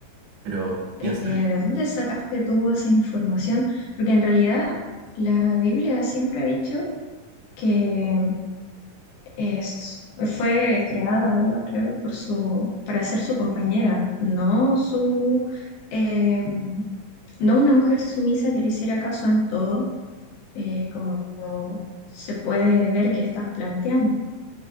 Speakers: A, on the right; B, on the left.
A: pero piensa
B: Eh, ¿de
A: que,
B: dónde sacaste tú esa información? Porque en realidad la Biblia siempre ha dicho que es, fue creada Eva, claro, por su, para ser su compañera, no su, eh, no una mujer sumisa que le hiciera caso en todo, eh, como, como se puede ver que estás planteando.